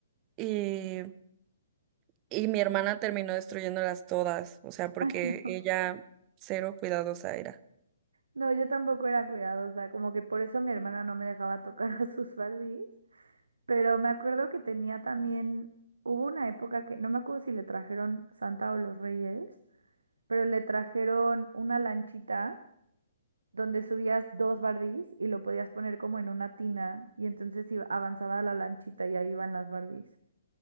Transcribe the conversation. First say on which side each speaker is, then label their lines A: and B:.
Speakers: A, on the right; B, on the right.
A: Y, y mi hermana terminó destruyéndolas todas. O sea, porque
B: <laughs> Ay, no.
A: ella cero cuidadosa era.
B: No, yo tampoco era cuidadosa. Como que por eso mi hermana no me dejaba tocar <laughs> a sus Barbies. Pero me acuerdo que tenía también, hubo una época que, no me acuerdo si le trajeron Santa o los Reyes, pero le trajeron una lanchita donde subías dos Barbies y lo podías poner como en una tina y entonces iba- avanzaba la lanchita y ahí iban las Barbies.